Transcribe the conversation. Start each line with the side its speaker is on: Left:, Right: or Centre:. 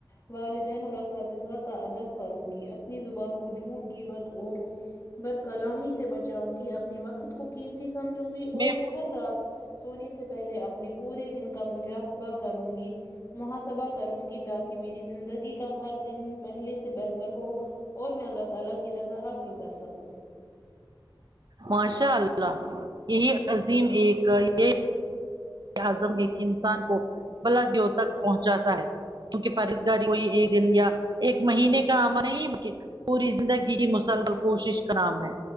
Left: والدین اور اساتذہ کا ادب کروں گی اپنی زبان کو جھوٹ غیبت اور بد کلامی سے بچاؤں گی اپنے وقت کو قیمتی سمجھوں گی
Right: میں
Left: اور ہر رات سونے سے پہلے اپنے پورے دن کا مجسبہ کروں گی محاسبہ کروں گی تاکہ میری زندگی کا ہر دن پہلے سے بہتر ہو اور میں اللہ تعالی کی رضا حاصل کر سکوں
Right: ماشاء اللہ یہی عظیم ایک یہ اعظم ایک انسان کو بلادیوں تک پہنچاتا ہے کیونکہ پرہیزگاری کوئی ایک دن یا ایک مہینے کا عمل نہیں پوری زندگی کی مسلل کوشش کا نام ہے